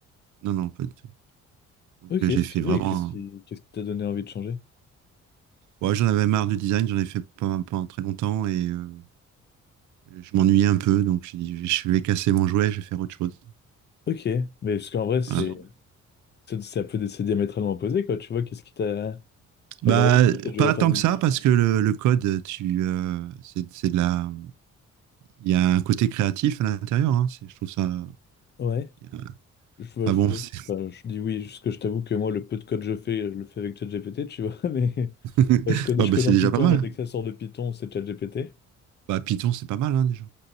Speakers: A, on the right; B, on the left.
A: Non, non, pas du tout. Donc
B: Ok,
A: euh, j'ai
B: stylé,
A: fait vraiment...
B: et qu'est-ce qui
A: un-
B: qu'est-ce qui t'a donné envie de changer?
A: Ouais, j'en avais marre du design, j'en ai fait pendant, pendant très longtemps et euh, je m'ennuyais un peu, donc j'ai dit, je vais casser mon jouet, je vais faire autre chose.
B: Ok, mais parce qu'en vrai, c'est
A: Voilà.
B: c'est c'est un peu des- c'est diamétralement opposé, quoi, tu vois, qu'est-ce qui t'a... Enfin,
A: Bah,
B: genre, ouais, du coup, t'as dû
A: pas
B: refaire
A: tant
B: des...
A: que ça, parce que le, le code, tu, euh, c'est, c'est de la, il y a un côté créatif à l'intérieur. Hein. C'est- Je trouve ça.
B: Ouais,
A: il y a-
B: je, vois-
A: Enfin
B: je,
A: bon,
B: vois-
A: c'est
B: enfin, je dis oui, parce que je t'avoue que moi, le peu de code que je fais, je le fais avec ChatGPT, tu vois, <laughs> mais...
A: <laughs> ouais,
B: enfin, je code, je
A: bah,
B: code
A: c'est
B: en
A: déjà
B: Python,
A: pas mal.
B: mais dès que ça sort de Python, c'est ChatGPT.
A: Bah, Python, c'est pas mal hein, déjà.